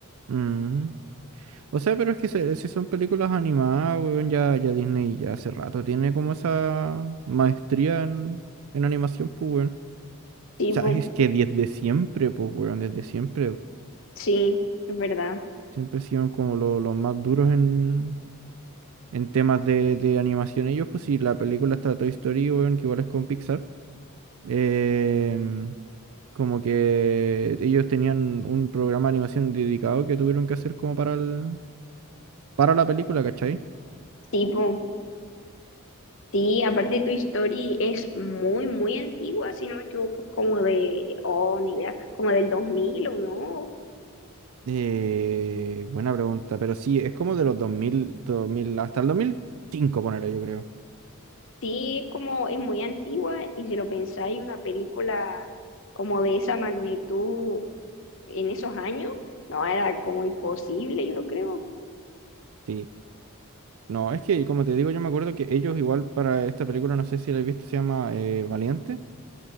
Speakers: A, on the right (about 70°); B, on the left (about 60°).
A: Mm. O sea, pero es que se- si son películas animadas, weón, ya, ya Disney ya hace rato tiene como esa maestría en, en animación, pues, weón.
B: Tipo,
A: O sea, es que desde siempre, pues, weón, desde siempre,
B: sí, es verdad.
A: siempre han sido como lo- los más duros en, en temas de, de animación ellos, pues si la película está Toy Story, weón, que igual es con Pixar, em, como que ellos tenían un programa de animación dedicado que tuvieron que hacer como para el, para la película, ¿cachai?
B: Tipo, sí, aparte tu Story es muy, muy antigua, si no me equivoco, como de, oh, ni idea, como del 2000 o no.
A: Eh, buena pregunta, pero sí, es como de los dos mil dos mil hasta el dos mil cinco ponerlo yo creo.
B: Sí, como es muy antigua y si lo pensáis, una película como de esa magnitud en esos años, no, era como imposible, yo creo.
A: Sí. No, es que como te digo, yo me acuerdo que ellos igual para esta película, no sé si la he visto, se llama eh, Valiente.